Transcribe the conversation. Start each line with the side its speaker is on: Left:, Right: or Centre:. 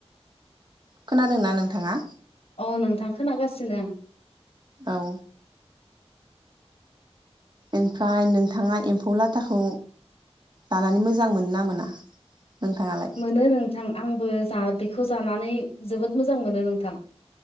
Right: खोनादोंना नोंथाङा?
Left: औ नोंथां खोनागासिनो आं।
Right: औ। ओमफ्राय नोंथाङा एम्फौ लाथाखौ जानानै मोजां मोनो ना मोना? नोंथाङालाय
Left: मोनो नोंथां आंबो जा बेखौ जानानै जोबोद मोजां मोनो नोंथां।